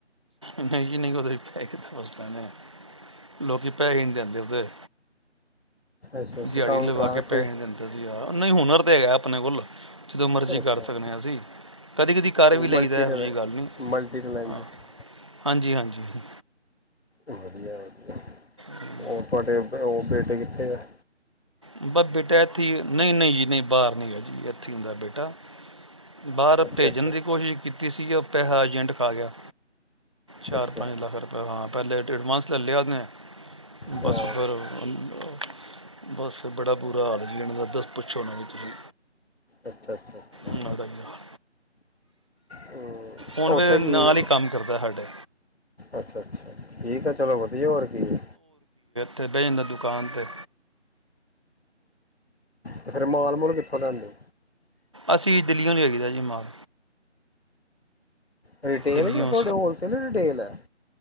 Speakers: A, on the right; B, on the left.
A: ਨਹੀਂ ਜੀ ਨਹੀਂ ਓਹ ਤੁਹੀ ਪੈਸੇ ਦਾ ਪੁਛ ਦੇ ਨੇ ਆ, ਲੋਕੀ ਪੈਹੇ ਈ ਨੀ ਦੇਂਦੇ ਓਦੇ।
B: ਅੱਛਾ ਅੱਛਾ
A: ਦਿਹਾੜੀ
B: ਕੰਮ
A: ਲਵਾ
B: ਕਰਾ
A: ਕੇ
B: ਰੱਖੇ
A: ਪੈਹੇ ਨਹੀਂ ਦਿੰਦੇ ਸੀ ਯਾਰ। ਨਹੀਂ ਹੁਨਰ ਤੇ ਹੈਗਾ ਆਪਣੇ ਕੋਲ ਜਦੋਂ ਮਰਜ਼ੀ
B: ਅੱਛਾ
A: ਕਰ ਸਕਨੇ‌ ਆਂ ਅਸੀਂ, ਕਦੀ-ਕਦੀ ਕਰ ਵੀ ਲਈਦਾ,
B: ਮਲਟੀ
A: ਇਹੋ
B: ਟੈਲੈਂ
A: ਜੀ ਗੱਲ ਨੀ,
B: ਮਲਟੀ ਟੈਲੈਂਟਡ
A: ਹਾਂ ਹਾਂਜੀ ਹਾਂਜੀ। ਜੀ ਜੀ।
B: ਵਧੀਆ ਵਧੀਆ
A: ਹਮ।
B: ਉਹ ਤੁਆਡੇ ਅ ਬ ਉਹ ਬੇਟੇ ਕਿੱਥੇ ਐ।
A: ਬਹ ਬੇਟਾ ਏਥੇ ਈ ਐ, ਨਹੀਂ-ਨਹੀਂ ਜੀ ਨਹੀਂ ਬਾਹਰ ਨੀ ਗਾ ਜੀ। ਏਥੇ
B: ਅੱਛਾ
A: ਈ ਹੁੰਦਾ ਬੇਟਾ। ਬਾਹਰ
B: ਅੱਛਾ
A: ਭੇਜਣ
B: ਅੱਛਾ
A: ਦੀ ਕੋਸ਼ਿਸ਼ ਕੀਤੀ ਸੀ, ਜੋ ਪੈਹਾ ਆਜ ਏਜੰਟ ਖਾ ਗਿਆ। ਚਾਰ
B: ਅੱਛਾ
A: ਪੰਜ ਲੱਖ ਰੁਪਏ, ਹਾਂ ਪਹਿਲੇ ਐਡਵਾਂਸ ਲੈ ਲਿਆ। ਨੇ
B: ਹਾਂ
A: ਬਸ ਫਿਰ ਅਨ-ਅ ਬਸ ਬੜਾ ਬੁਰਾ ਹਾਲ ਜੀ ਏਨ ਦਾ, ਬਸ ਪੁੱਛੋ ਨਾ ਯੀ ਤੁਸੀਂ।
B: ਅੱਛਾ ਅੱਛਾ ਅੱਛਾ।
A: ਉਹਨਾਂ ਦਾ ਹੀ ਹਾਲ
B: ਹਮ
A: ਹੁਣ
B: ਉੱਥੇ
A: ਵੇ ਨਾਲ
B: ਕੀ ਏ,
A: ਹੀ ਕੰਮ ਕਰਦਾ ਸਾਡੇ
B: ਅੱਛਾ ਅੱਛਾ। ਠੀਕ ਐ, ਚਲੋ ਵਧੀਆ ਹੋਰ ਕੀ ਏ।
A: ਤੇ ਬਹਿ ਜਾਂਦਾ ਦੁਕਾਨ ਤੇ।
B: ਤੇ ਫਿਰ ਮਾਲ ਮੂਲ ਕਿੱਥੋਂ ਲਿਆਂਦੇ ਓ?
A: ਅਸੀਂ ਦਿੱਲੀਓਂ ਲਿਆਈ ਦੈ ਜੀ ਮਾਲ।
B: ਰਿਟੇਲ
A: ਦਿੱਲੀੋਂ
B: ਐ ਕੇ, ਤੁਆਡੇ ਹੋਲਸੇਲ ਰਿਟੇਲ ਐ। <inaudible>